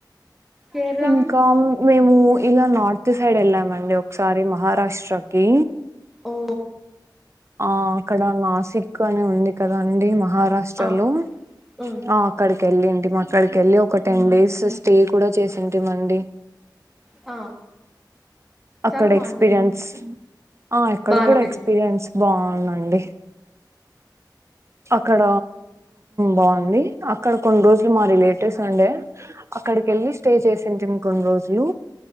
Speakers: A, in the centre; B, on the right.
A: కేరళ
B: ఇంకా మేము ఇలా నార్త్ సైడ్ ఎళ్ళామండి ఒకసారి మహారాష్ట్రకి
A: ఓ
B: ఆ అక్కడ నాసిక్ అని ఉంది కదా అండి మా మహారాష్ట్రలో
A: ఆ ఉమ్
B: ఆ అక్కడే క్కెళ్ళింటిమి అక్కడికి ఎళ్ళి ఒక టెన్ డేస్ స్టే కూడా చేసింటి మండి
A: ఆ
B: అక్కడ
A: చాలా బాగుంటుంది
B: ఎక్స్పీరియన్స్ ఆ ఎక్కడ
A: బా అనిపిస్తుంది
B: కూడా ఎక్స్పీరియన్స్ బాగుంద అండి అక్కడ బాగుంది అక్కడ కొన్ని రోజులు మా రిలేటివ్స్ ఉండే అక్కడికి వెళ్ళి స్టే చేసింటిమి కొన్ని రోజులు